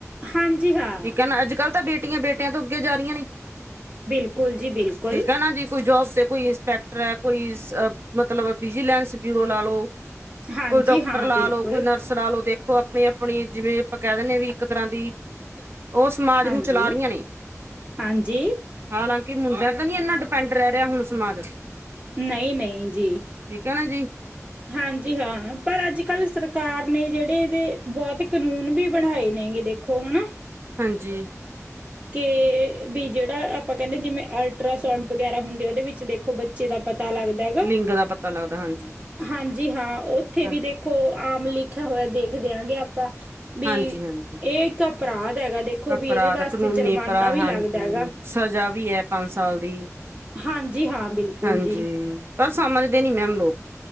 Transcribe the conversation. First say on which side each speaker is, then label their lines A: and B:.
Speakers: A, on the right; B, on the right.
A: ਹਾਂਜੀ ਹਾਂ
B: ਠੀਕ ਹੈ ਨਾ, ਅਜ ਕੱਲ੍ਹ ਤਾਂ, ਬੇਟੀਆਂ -ਬੇਟਿਆਂ ਤੋਂ ਅੱਗੇ ਜਾ ਰਹੀਆਂ ਨੇ,
A: ਬਿਲਕੁਲ ਜੀ ਬਿਲਕੁਲ
B: ਠੀਕ ਆ ਨਾ ਜੀ। ਕੋਈ ਜੋਬ ਤੇ ਕੋਈ, ਇੰਸਪੈਕਟਰ ਹੈ ਕੋਈ, ਮਤਲਬ ਵਿਜੀਲੈਂਸ ਬਿਊਰੋ ਲਾ ਲਓ
A: ਹਾਂਜੀ
B: ਕੋਈ ਡਾਕਟਰ
A: ਹਾਂ
B: ਲਾ
A: ਬਿਲਕੁਲ
B: ਲੋ, ਕੋਈ ਨਰਸ, ਸਲਾਹ ਲੋ ਦੇਖੋ, ਆਪਣੀ- ਆਪਣੀ ਜਿਵੇਂ ਆਪਾਂ ਕਹਿ ਦਿੰਦੇ ਵੀ, ਇੱਕ ਤਰ੍ਹਾਂ ਦੀ ਉਹ ਸਮਾਜ
A: ਹਾਂਜੀ
B: ਨੂੰ, ਚਲਾ ਰਹੀਆਂ ਨੇ,
A: ਹਾਂਜੀ
B: ਹਾਲਾਂਕਿ, ਮੁੰਡਾ ਤਾਂ ਨ ਇੰਨਾ, ਡਿਪੈਂਡ ਰਹਿ ਰਿਹਾ ਹੁਣ ਸਮਾਜ
A: ਨਹੀਂ -ਨਹੀਂ ਜੀ,
B: ਠੀਕ ਹੈ ਨਾ ਜੀ,
A: ਹਾਂਜੀ, ਹਾਂ ਪਰ ਅੱਜ- ਕੱਲ੍ਹ ਸਰਕਾਰ ਨੇ ਜਿਹੜੇ ਇਹਦੇ ਬਹੁਤ ਕਾਨੂੰਨ ਵੀ, ਬਣਾਏ ਨੇ ਇਹਦੇ ਖੋਆਂ ਨਾ,
B: ਹਾਂਜੀ।
A: ਕੇ, ਵੀ ਜਿਹੜਾ ਆਪਾਂ ਕਹਿੰਦੇ ਜਿਵੇਂ, ਅਲਟਰਾਸਾਊਂਡ ਵਗੈਰਾ ਹੁੰਦੇ, ਉਹਦੇ ਵਿੱਚ ਦੇਖ ਦੇਖੋ ਬੱਚੇ ਦਾ ਪਤਾ ਲੱਗਦਾ ਹੈਗਾ,
B: ਲਿੰਗ ਦਾ ਪਤਾ ਲੱਗਦਾ ਹਾਂਜੀ
A: ਹਾਂਜੀ ਹਾਂ, ਉੱਥੇ
B: ਹਾਂ-
A: ਵੀ ਦੇਖ ਕੋ ਆਮ, ਲਿਖਿਆ ਹੋਇਆ ਦੇਖ ਦਿਆਂਗੇ ਆਪਾਂ, ਵੀ
B: ਹਾਂਜੀ ਹਾਂਜੀ
A: ਇਹ ਇੱਕ, ਅਪਰਾਧ ਹੈਗਾ ਦੇਖੋ
B: ਅਪਰਾਧ
A: ਵੀ ਇਹਦੇ, ਵਾਸਤੇ
B: ਕਾਨੂੰਨੀ
A: ਜੁਰਮਾਨਾ
B: ਪਾਰਾਦ
A: ਵੀ
B: ਹਾਂਜੀ,
A: ਲੱਗਦਾ ਹੈਗਾ
B: ਸਜ਼ਾ ਵੀ ਹੈ ਪੰਜ ਸਾਲ ਦੀ
A: ਹਾਂਜੀ, ਹਾਂ ਬਿਲਕੁਲ
B: ਹਾਂਜੀ
A: ਜੀ।
B: ਪਰ ਸਮਝਦੀ ਨੀ ਮੈਮ ਉਨੂੰ